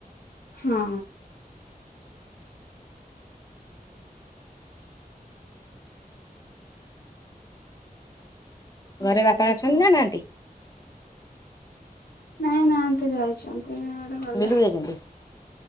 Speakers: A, on the left; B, on the left.
A: ହଁ।
B: ଘରେ
A: ଆଉ
B: ବାପା ଅଛନ୍ତି
A: କଣ
B: ନାଁ ନାହାନ୍ତି?
A: ନାଇଁ ନାହାନ୍ତି ଯାଇଛନ୍ତି। ତ ଏଇଡେ ଗଲେ।
B: ବିଲକୁ ଯାଇଛନ୍ତି?